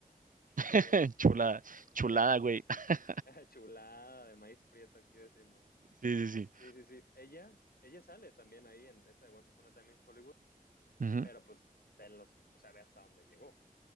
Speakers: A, on the right; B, on the left.
A: <laughs>
B: sí, mira,
A: chulada, chulada,
B: Chef Kiss,
A: güey. <laughs>
B: <laughs> chulada de maíz prieto, aquí decimos.
A: Sí, sí, sí.
B: Sí, sí, sí. Ella, ella sale también ahí en esa de Once Upon a Time in Hollywood,
A: Ujú,
B: pero pues venlos, o sea, ve hasta dónde llegó.